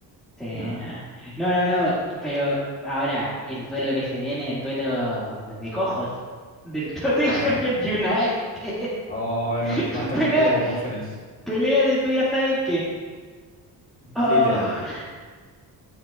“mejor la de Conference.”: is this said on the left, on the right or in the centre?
Left